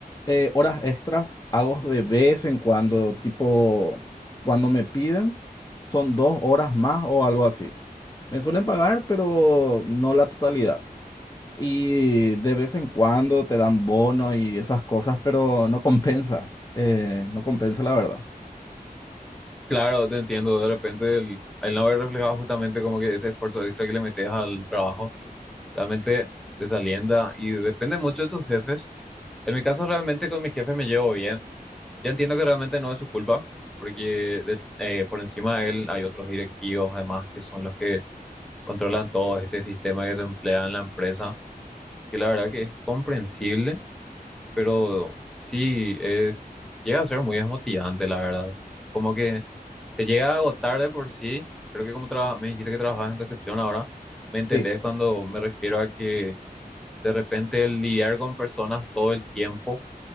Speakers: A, on the left; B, in the centre.
A: eh, horas extras hago de vez en cuando, tipo, cuando me piden, son dos horas más o algo así. Me suelen pagar, pero no la totalidad. Y de vez en cuando te dan bonos y esas cosas, pero no compensa, eh, no compensa la verdad.
B: Claro, te entiendo, de repente el, el no haber reflejado justamente como que ese esfuerzo extra que le metes al trabajo, realmente desalienta y depende mucho de tus jefes. En mi caso realmente con mis jefes me llevo bien. Yo entiendo que realmente no es su culpa, porque de- eh, por encima de él hay otros directivos además que son los que controlan todo este sistema que se emplea en la empresa, que la verdad que es comprensible, pero sí es, llega a ser muy desmotivante, la verdad. Como que te llega a agotar de por sí. Creo que como traba- me dijiste que trabajabas en recepción ahora, me entendés
A: sí
B: cuando me refiero a que de repente el lidiar con personas todo el tiempo